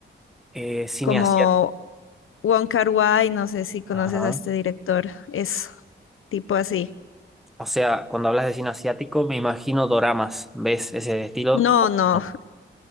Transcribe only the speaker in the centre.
Eh, cine
asiático.
Ajá.
O sea, cuando hablas de cine asiático, me imagino doramas. ¿Ves ese estilo?
O
no.